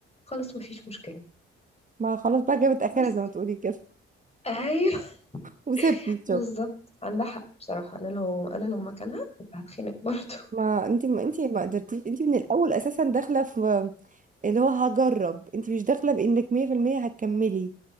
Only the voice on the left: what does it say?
خلاص مفيش مشكله
بس
ايوه
<laughs>
بالظبط عندها حق بصراحه انا لو انا لو مكانها كنت هتخنق برضه